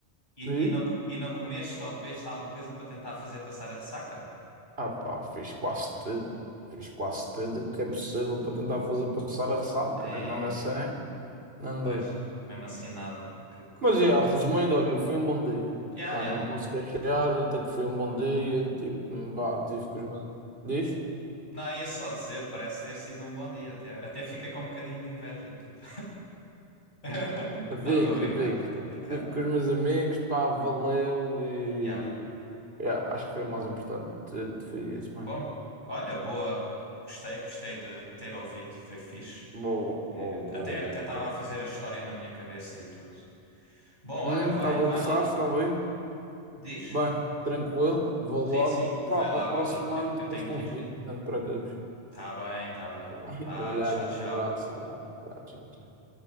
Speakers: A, on the left (about 45°); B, on the right (about 55°).
A: e,
B: E,
A: e, não, co- e não comeste ou bebeste alguma coisa para tentar fazer passar a ressaca?
B: ah pá, fiz quase tudo, fiz quase tudo o que é possível para tentar fazer passar a ressaca,
A: É,
B: mas mesmo assim, não
A: pois,
B: deu.
A: mesmo assim, nada. Que coisa.
B: Mas, já, resumindo, olha,
A: Hum.
B: foi um bom dia.
A: Yeah,
B: Pá,
A: yeah.
B: não me posso queixar, até que foi um bom dia. Tipo, pá, tive com os meus... Diz?
A: Não, ia só dizer, parece ter sido um bom dia. Até, até fica com um bocadinho de inveja e tudo. <laughs>
B: Amigos,
A: Não, estou a brincar,
B: amigos.
A: estou a brincar.
B: Tive com os meus amigos, pá, valeu e...
A: Yeah.
B: já, acho que foi o mais importante. eh, Foi isso mesmo.
A: Bom, olha, boa. Gostei, gostei de ter ouvido, foi fixe.
B: Boa,
A: E
B: boa, boa,
A: Até até
B: boa,
A: estava
B: boa.
A: a fazer a história na minha cabeça e tudo. Bom, olha,
B: Hum,
A: vai,
B: estava
A: vai
B: a gostar,
A: lá.
B: estava bem?
A: Diz?
B: Bem, tranquilo, vou
A: Sim,
B: lá.
A: sim,
B: Pá,
A: vai
B: para
A: lá,
B: o próximo
A: vai lá. Eu,
B: ano,
A: eu
B: depois
A: tenho
B: convido,
A: que ir.
B: não te preocupes.
A: Tá bem, tá bem.
B: Tá bem?
A: Vá,
B: Vai lá,
A: tchau,
B: grande
A: tchau.
B: abraço, abraço. Tchau, tchau, tchau.